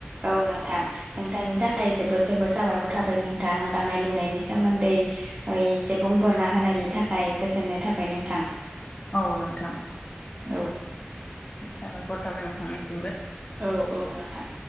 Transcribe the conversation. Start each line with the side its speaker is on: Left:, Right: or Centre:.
Right: औ नोंथां नोंथांनि थाखाय जोबोद जोबोद साबायखर थाबाय नोंथां दानाय लुनायनि सोमोन्दै एसे बुंफोरना होनायनि थाखाय गोजोननाय थाबाय नोंथां।
Left: औ नोंथां।
Right: औ
Left: साबायखर थाबाय नोंथांनिसिम
Right: औ औ नोंथां